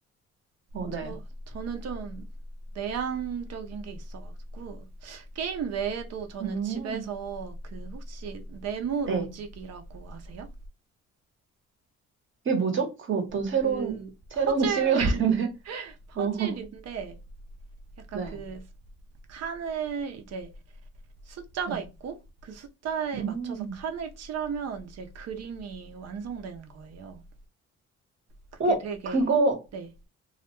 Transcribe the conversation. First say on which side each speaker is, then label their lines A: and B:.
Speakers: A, on the right; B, on the right.
A: 어, 네.
B: 저, 저는 좀 내향적인 게 있어가지고. 게임 외에도 저는
A: 음,
B: 집에서 그 혹시 네모
A: 네,
B: 로직이라고 아세요?
A: 이게 뭐죠? 그 어떤 새로운,
B: 그
A: 새로운
B: 퍼즐,
A: 취미
B: <laughs>
A: 같은데? <laughs>
B: 퍼즐인데
A: 어,
B: 약간
A: 네.
B: 그 칸을 이제 숫자가
A: 네.
B: 있고 그 숫자에
A: 음.
B: 맞춰서 칸을 칠하면 이제 그림이 완성되는 거예요. 그게
A: 어,
B: 되게
A: 그거
B: 네.